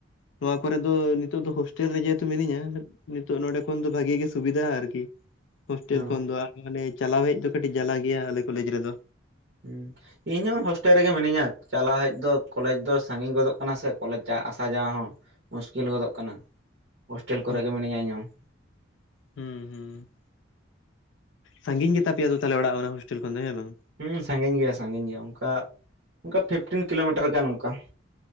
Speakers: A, on the left (about 70°); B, on the right (about 60°).
A: ᱱᱚᱣᱟ ᱠᱚᱨᱮ ᱫᱚ ᱱᱤᱛᱚᱜ ᱫᱚ ᱦᱳᱥᱴᱮᱞ ᱨᱮ ᱡᱮᱦᱮᱛᱩ ᱢᱤᱱᱟᱹᱧᱟ᱾ ᱱᱤᱛᱚᱜ ᱱᱚᱰᱮ ᱠᱷᱚᱱ ᱫᱚ ᱵᱷᱟᱜᱤ ᱜᱮ ᱥᱩᱵᱤᱫᱷᱟ ᱟᱨᱠᱤ᱾ ᱦᱳᱥᱴᱮᱞ
B: ᱦᱚᱸ
A: ᱠᱷᱚᱱ ᱫᱚ ᱟᱨ ᱢᱟᱱᱮ ᱪᱟᱞᱟᱣ ᱦᱮᱡ ᱫᱚ ᱠᱟᱹᱴᱤᱡ ᱡᱟᱞᱟ ᱜᱮᱭᱟ ᱟᱞᱮ ᱠᱚᱞᱮᱡᱽ ᱨᱮᱫᱚ
B: ᱦᱩᱸ ᱤᱧᱦ ᱦᱚᱸ ᱦᱳᱥᱴᱮᱞ ᱨᱮᱜᱮ ᱢᱤᱱᱟᱹᱧᱟ ᱪᱟᱞᱟᱣ ᱦᱮᱡ ᱫᱚ ᱠᱚᱞᱮᱡᱽ ᱫᱚ ᱥᱟᱺᱜᱤᱧ ᱜᱚᱫᱚᱜ ᱠᱟᱱᱟ ᱥᱮ ᱠᱚᱞᱮᱡᱽ ᱡᱟ ᱟᱥᱟ ᱡᱟᱭᱟ ᱦᱚᱸ ᱢᱩᱥᱠᱤᱞ ᱜᱚᱫᱚᱜ ᱠᱟᱱᱟ ᱦᱚᱳᱥᱴᱮᱞ ᱠᱚᱨᱮ
A: ᱦᱩᱸ
B: ᱜᱮ ᱢᱤᱱᱟᱹᱧᱟ ᱤᱧᱦ ᱦᱚᱸ
A: ᱦᱩᱸ ᱦᱩᱸ ᱥᱟᱺᱜᱤᱧ ᱜᱮᱛᱟ ᱯᱮᱭᱟ ᱟᱫᱚ ᱚᱲᱟᱜ ᱚᱱᱟ ᱦᱳᱥᱴᱮᱞ ᱠᱷᱚᱱ ᱫᱚ ᱦᱮᱸ ᱵᱟᱝ
B: ᱦᱩᱸ ᱥᱟᱺᱜᱤᱧ ᱜᱮᱭᱟ ᱥᱟᱺᱜᱤᱧ ᱜᱮᱭᱟ ᱚᱱᱠᱟ ᱚᱱᱠᱟ ᱯᱷᱤᱯᱴᱤᱱ ᱠᱤᱞᱳᱢᱤᱴᱟᱨ ᱜᱟᱱ ᱚᱱᱠᱟ